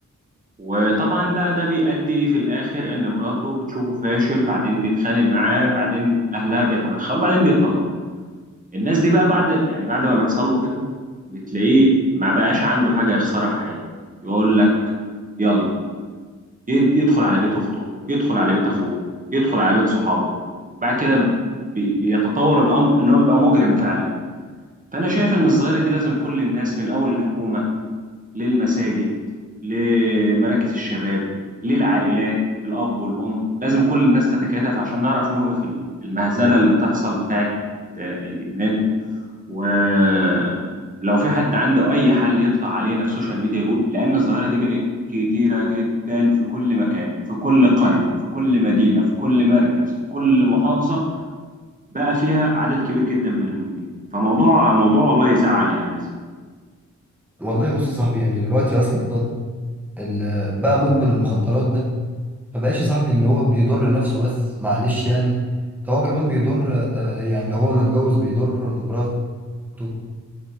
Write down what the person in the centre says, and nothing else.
والله بص يا صاحبي يعني دلوقتي اصلا ال- بقى مدمن المخدرات ده ما بقاش يا صاحبي اللي هو بيضر نفسه بس معلش يعني ده هو كمان بيضر آه، آه، يعني لو هو متجوز بيضر مراته مراته